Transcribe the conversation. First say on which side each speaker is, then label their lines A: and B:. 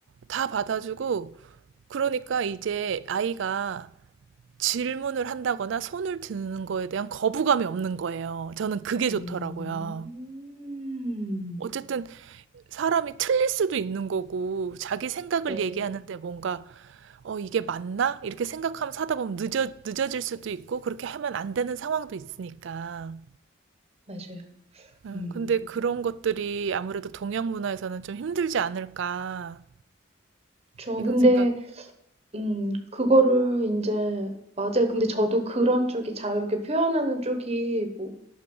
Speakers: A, on the right; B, on the right.
A: 다 받아주고, 그러니까 이제 아이가 질문을 한다거나 손을 드는 거에 대한 거부감이 없는 거예요. 저는 그게
B: 음.
A: 좋더라고요. 어쨌든 사람이 틀릴 수도 있는 거고, 자기 생각을
B: 네.
A: 얘기하는데 뭔가, 어, 이게 맞나? 이렇게 생각하면 사다 보면 늦어, 늦어질 수도 있고, 그렇게 하면 안 되는 상황도 있으니까.
B: 맞아요.
A: 음,
B: 음.
A: 근데 그런 것들이 아무래도 동양 문화에서는 좀 힘들지 않을까,
B: 저
A: 이런
B: 근데
A: 생각이.
B: 음 그거를 이제 맞아요. 근데 저도 그런 쪽이 자유롭게 표현하는 쪽이 뭐